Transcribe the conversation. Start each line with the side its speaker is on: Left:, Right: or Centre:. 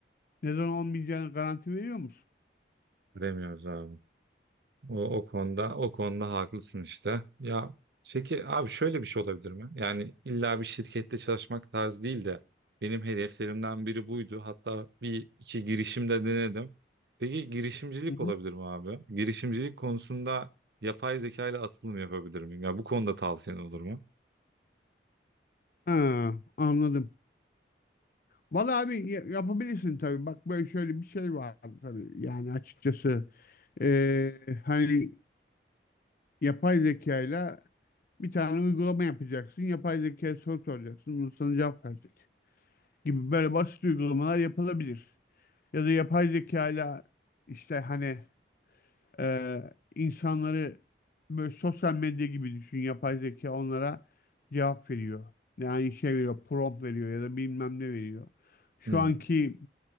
Left: neden olmayacağını garanti veriyor musun?
Right: Bilemiyoruz abi. O, o konuda o konuda haklısın işte. Ya peki abi şöyle bir şey olabilir mi? Yani illa bir şirkette çalışmak tarzı değil de benim hedeflerimden biri buydu. Hatta bir iki girişimde denedim. Peki girişimcilik
Left: Hı
Right: olabilir
Left: hı.
Right: mi abi? Girişimcilik konusunda yapay zeka ile atılım yapabilir miyim? Ya bu konuda tavsiyen olur mu?
Left: Ha, anladım. Vallahi abi ya- yapabilirsin tabii. Bak böyle şöyle bir şey var tabii. Yani açıkçası eee, hani yapay zekayla bir tane uygulama yapacaksın. Yapay zekaya soru soracaksın. Bunu sana cevap verecek. Gibi böyle basit uygulamalar yapılabilir. Ya da yapay zekayla işte hani ee, insanları böyle sosyal medya gibi düşün. Yapay zeka onlara cevap veriyor. Yani şey veriyor, prompt veriyor ya da bilmem ne veriyor.
Right: Hmm.
Left: Şu anki